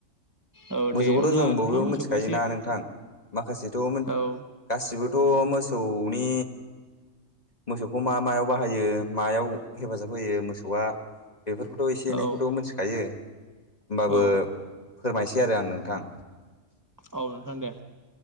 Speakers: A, on the right; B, on the left.
A: औ दे
B: मोसौखोथ'
A: अब्ला
B: जों
A: नोंथाङा
B: बयबो
A: मोसौखौ
B: मिथिखायोना
A: एसे
B: नोंथां माखासेथ' मोन
A: औ
B: गासिबोथ' मोसौनि मोसौखौ मा मायाव बाहायो मायाव हेफाजाब होयो मोसौआ बेफोरखोथ' एसे एनैखौथ'
A: औ
B: मोन्थिखायो होमबाबो
A: औ
B: फोरमायसै आरो आं नोंथां
A: औ नोंथां दे